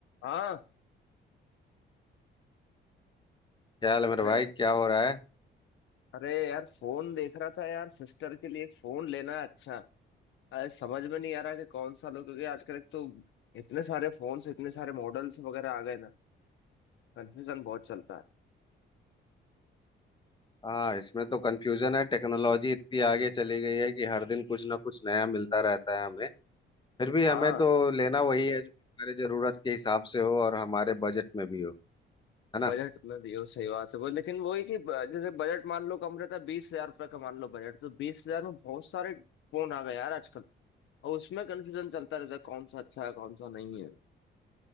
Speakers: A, on the left; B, on the left.
A: हाँ
B: क्या हाल है मेरे
A: अरे
B: भाई क्या हो रहा है
A: अरे यार फोन देख रहा था यार सिस्टर के लिए एक फोन लेना है अच्छा अरे समझ में नहीं आ रहा कि कौन सा लो क्योंकि आजकल एक तो इतने सारे फोन्स इतने सारे मॉडल्स वगैरह आ गए ना कंफ्यूजन बहुत चलता है
B: हाँ इसमें तो कंफ्यूजन है टेक्नोलॉजी इतनी आगे चली गई है कि हर दिन कुछ ना कुछ नया मिलता रहता है हमें फिर भी हमें
A: हाँ
B: तो लेना वही है जो हमारे जरूरत के हिसाब से हो और हमारे बजट में भी हो है ना
A: बजट में भी हो सही बात है वो लेकिन वो है कि ब- जैसे बजट मान लो कम रहता है बीस हजार रुपये का मान लो बजट तो बीस हजार में बहुत सारे फोन आ गए यार आजकल और उसमें कंफ्यूजन चलता रहता है कौन सा अच्छा है कौन सा नहीं है